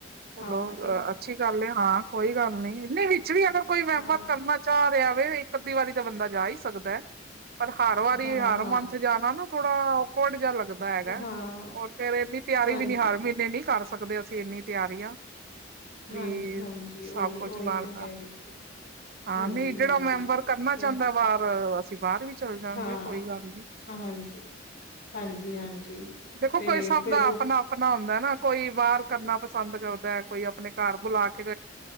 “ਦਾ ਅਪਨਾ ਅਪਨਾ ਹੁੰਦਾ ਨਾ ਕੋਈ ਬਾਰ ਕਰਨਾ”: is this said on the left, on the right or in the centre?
Right